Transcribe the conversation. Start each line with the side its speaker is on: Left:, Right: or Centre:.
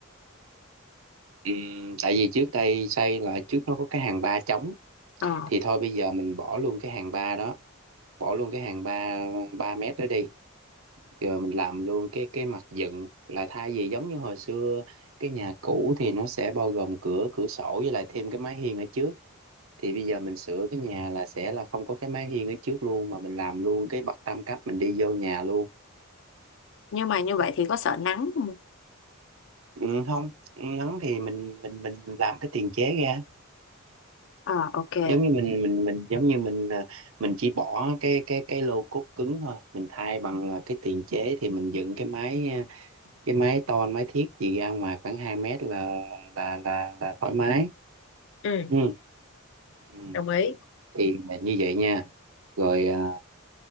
Right: Ừ, tại vì trước đây xây là trước nó có cái hàng ba trống
Left: ờ
Right: thì thôi bây giờ mình bỏ luôn cái hàng ba đó bỏ luôn cái hàng ba ba mét đó đi rồi mình làm luôn cái cái mặt dựng là thay vì giống như hồi xưa cái nhà cũ thì nó sẽ bao gồm cửa cửa sổ với lại thêm cái mái hiên ở trước thì bây giờ mình sửa cái nhà là sẽ là không có cái mái hiên ở trước luôn mà mình làm luôn cái bậc tam cấp mình đi vô nhà luôn
Left: nhưng mà như vậy thì có sợ nắng không
Right: ừ, không ngắn thì mình mình mình làm cái tiền chế ra
Left: ờ ok
Right: giống như mình mình mình giống như mình à, mình chỉ bỏ cái cái cái lô cốt cứng thôi mình thay bằng là cái tiền chế thì mình dựng cái máy à, cái máy to máy thiết gì ra ngoài khoảng 2 mét là là là là thoải mái
Left: ừ
Right: ừ. Ừ.
Left: đồng ý
Right: thì là như vậy nha rồi à,